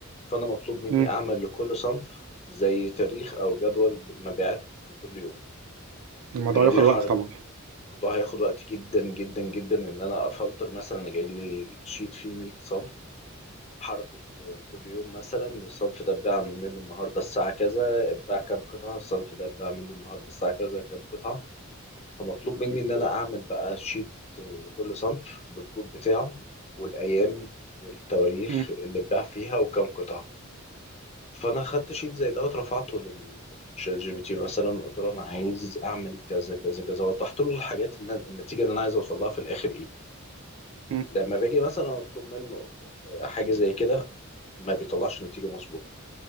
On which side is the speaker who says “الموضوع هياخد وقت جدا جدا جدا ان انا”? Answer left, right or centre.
Left